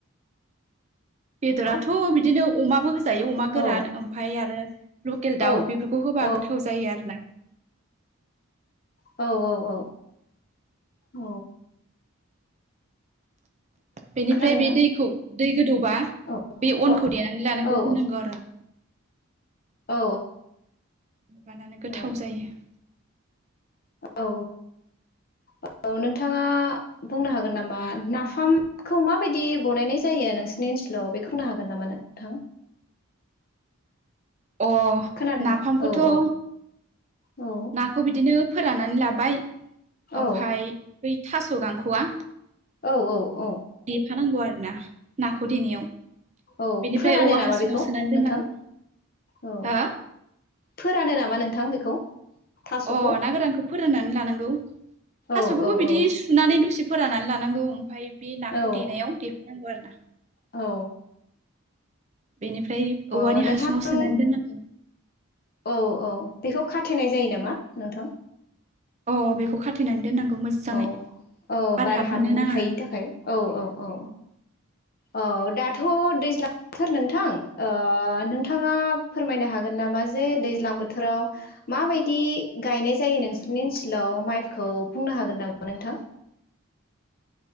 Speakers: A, on the right (about 30°); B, on the left (about 45°).
A: बेदराथ'
B: औ
A: बिदिनो अमाबो होजायो अमा
B: औ
A: गोरान ओमफाय आरो लकेल दाउ
B: औ
A: बेफोरखौ होबा
B: औ
A: गोथाव जायो आरोना
B: औ औ औ औ
A: बेनिफ्राय
B: खोनादोंना
A: बे दैखौ दै गोदौबा
B: औ
A: बे अनखौ
B: औ
A: देनानै लानांगौ
B: औ
A: होनांगौ आरोबाव
B: औ
A: माबानानो गोथाव
B: औ
A: जायो।
B: औ औ औ नोंथाङा बुंनो हागोन नामा नाफामखौ माबायदि बनायनाय जायो नोंसिनि ओन सोलाव बेखौ होगो हागोन नामा नोंथां
A: अ
B: खोनादोंना
A: नाफामखौथ'
B: औ औ औ
A: नाखौ बिदिनो फोराननानै लाबाय
B: औ
A: ओमफाय बै थास' स' गांख'वा
B: औ औ औ
A: खानांगौ आरोना नाखौ देनायाव
B: औ
A: बेनिफ्राय
B: फोरानो
A: औवा
B: नामा
A: हासुङाव
B: बेखौ
A: सोनानै दोननांगौ।
B: नोंथां औ
A: हो
B: फोरानो नामा नोंथां बेखौ थास'खौ
A: अ ना गोरानखौ फोराननानै लानांगौ
B: औ
A: थास'खौबो
B: औ
A: बिदि
B: औ
A: सुनानै दसे फोराननानै लानांगौ ओमफाय बे नाखौ
B: औ
A: देनायाव देफानांगौ आरोना
B: औ
A: बेनिफ्राय औवानि
B: औ नोंथां
A: हासुङाव सोनानै दोननांगौ
B: औ औ बेखौ खा थैनाय जायो नामा नोंथां
A: अ बेखौ खाथायनानै दोननांगौ मोजाङै
B: औ औ बार
A: हाबहोनो
B: हाबनो
A: नाङा
B: हायैनि थाखाय औ औ औ औ दाथ' दैज्लां थोर नोंथां ओ नोंथाङा फोरमायनो हागोन नामा जे दैज्लां बोथोराव माबायदि गायनाय जायो नोंसोरनि ओनसोलाव माइखौ बुंनो हागोन नामा नोंथां